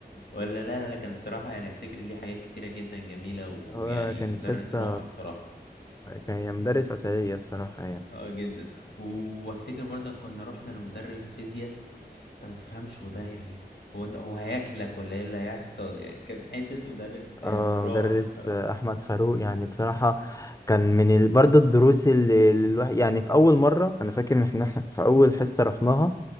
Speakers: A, on the left (about 75°); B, on the left (about 20°).
A: ولا لا لا لا، كان بصراحة يعني افتكر ليه حاجات كتيرة جدا جميلة ويعني
B: هو كانت
A: مدرس
B: حصة
A: رائع الصراحة
B: كان هي مدرس عسلية بصراحة يعني
A: اه جدا وافتكر برضك كنا رحنا لمدرس فيزياء انت ما تفهمش وده يعني هو هو هياكلك ولا ايه اللي هيحصل يعني كان حتة مدرس يعني
B: اه
A: رائع
B: مدرس
A: الصراحة
B: أحمد فاروق يعني بصراحة كان من ال... برضه الدروس اللي اللي الواحد يعني في أول مرة أنا فاكر إن إحنا إحنا في أول حصة رحناها